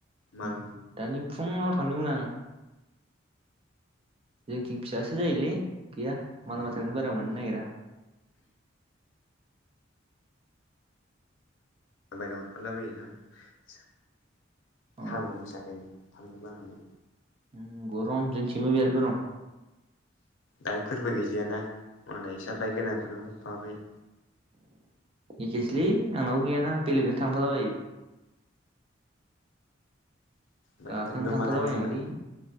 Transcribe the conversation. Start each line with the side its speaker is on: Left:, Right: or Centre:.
Left: माल
Right: उम दानि फुङाव थांदोंमोन आं। जोंथिं फिसासो जायोलै गैया
Left: ए
Right: माल माथाखौनो बारा मोननो नागिरा।
Left: बायना हरफालाबायोदां सा
Right: अ
Left: सान्दुं गोसाखायनो। थांनो बानानै।
Right: उम गरम जोंथिं बो बिराद गरम।
Left: बाइकफोरबो गैजाया ना मालाय इसा बाइकगोनांफोरनो हरफाबाय।
Right: एखेसोलै आंनावबो गैयाना बेलेगजों थांफालाबायो।
Left: बाइकखौनोथ'
Right: गाखोना थांफालाबायनांगौलै।
Left: मालानि दिनाव